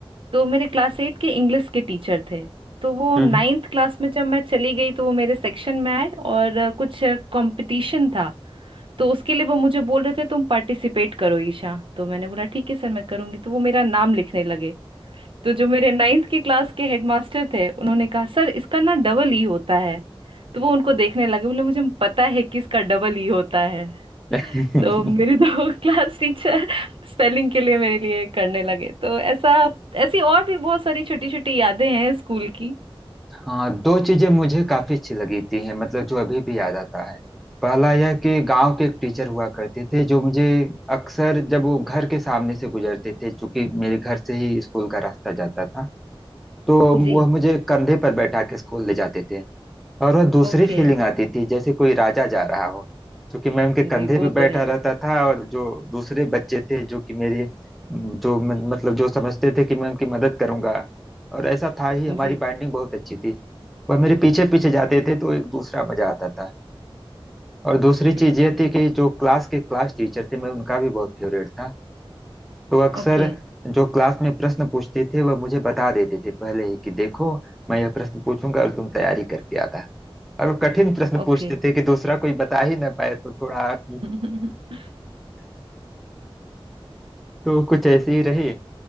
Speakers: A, on the right (about 65°); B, in the centre.
A: तो मेरे क्लास एट के इंग्लिश के टीचर थे तो वो
B: हम्म
A: नाइन्थ क्लास में जब मैं चली गई तो वो मेरे सेक्शन में आए और अ, कुछ कंपटीशन था तो उसके लिए वो मुझे बोल रहे थे तुम पार्टिसिपेट करो ईशा तो मैंने बोला ठीक है सर मैं करूंगी तो वो मेरा नाम लिखने लगे तो जो मेरे नाइन्थ की क्लास के हेडमास्टर थे उन्होंने कहा सर इसका ना डबल ई होता है तो वो उनको देखने लगे बोले मुझे पता है कि इसका डबल ई होता है
B: <laughs> हम्म।
A: तो मेरी दो <laughs> क्लास टीचर स्पेलिंग के लिए मेरे लिए करने लगे तो ऐसा ऐसी और भी बहुत सारी छोटी छोटी यादें हैं स्कूल की
B: हाँ दो चीजें मुझे काफी अच्छी लगी थी हैं मतलब जो अभी भी याद आता है पहला यह कि गांव के एक टीचर हुआ करते थे जो मुझे अक्सर जब वो घर के सामने से गुजरते थे चूंकि मेरे घर से ही स्कूल का रास्ता जाता था तो वह
A: जी
B: मुझे कंधे पर बैठा के स्कूल ले जाते थे और वह दूसरी
A: ओके
B: फीलिंग आती थी जैसे कोई राजा जा रहा हो क्योंकि मैं उनके कंधे
A: जी वो
B: पे बैठा
A: तो है
B: रहता था और जो दूसरे बच्चे थे जो कि मेरे जो म- मतलब जो समझते थे कि मैं उनकी मदद करूंगा और ऐसा था ही हमारी
A: जी
B: बाइंडिंग बहुत अच्छी थी वह मेरे पीछे पीछे जाते
A: जी
B: थे तो एक दूसरा मजा आता था और दूसरी चीज
A: जी
B: ये थी कि जो क्लास के क्लास टीचर थे मैं उनका भी बहुत फेवरेट था तो अक्सर
A: ओके
B: जो क्लास में प्रश्न पूछते थे वह मुझे बता देते थे पहले ही कि देखो मैं यह प्रश्न पूछूंगा और तुम तैयारी करके आना और वो कठिन प्रश्न
A: ओके
B: पूछते थे कि दूसरा कोई बता ही ना पाए तो थोड़ा <laughs>
A: <laughs>
B: तो कुछ ऐसे ही रहे